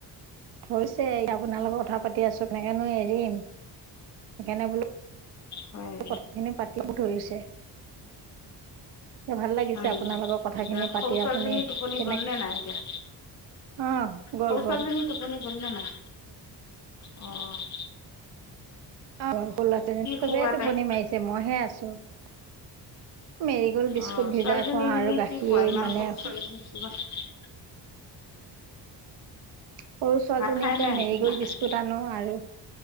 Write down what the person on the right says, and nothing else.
হৈছে, আপোনাৰ লগত কথা পাতি আছোঁ, এনেকেনো এৰিম সেইকাৰণে বোলো
কথাখিনি পাতিব ধৰিছে এতিয়া ভাল লাগিছে
আপোনাৰ
লগৰ কথাখিনি
পাতি,
আপুনি
কেনেকে
অ' গ'ল,
গ'ল।
অ' শুলা যে, চবেই
টোপনি
মাৰিছে, মইহে আছোঁ মেৰিগল বিস্কুট
ভিজাই
খোৱাও আৰু
গাখীৰ
মানে
সৰু ছোৱালীজনীক,
এতিয়া
মেৰিগল
বিস্কুট আনো, আৰু